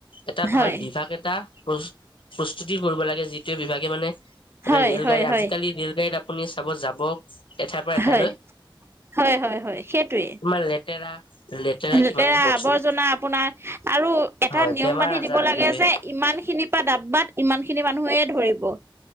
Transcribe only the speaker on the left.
এটা ভাল
বিভাগ এটা। প্ৰস্তুতি কৰিব লাগে যিটোৱে বিভাগে মানে
ৰেল
গাড়ী
আজিকালি ৰেল গাড়ীত আপুনি চাব যাব এঠাইৰ পৰা এঠাইলৈ।
আমাৰ লেতেৰা।
কিমান ভাবকচোন
হয়
বেমাৰ
আজাৰ
বিয়পে